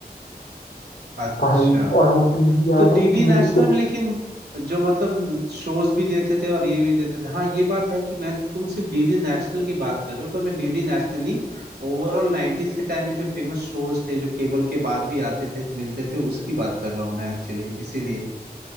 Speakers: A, on the right (about 75°); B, on the left (about 75°).
A: अच्छा
B: भाई और वो टीवी याद
A: तो डीडी
B: है टीवी
A: नेशनल
B: के
A: में लेकिन जो मतलब शोज भी देते थे और ये भी देते थे हाँ ये बात है कि मैं तुम सिर्फ डीडी नेशनल की बात कर रहे हो पर मैं डीडी नेशनल नहीं ओवरऑल 90s के टाइम पे जो फेमस शोज थे जो केबल के बाद भी आते थे मिलते थे उसकी बात कर रहा हूँ मैं एक्चुअली इसीलिए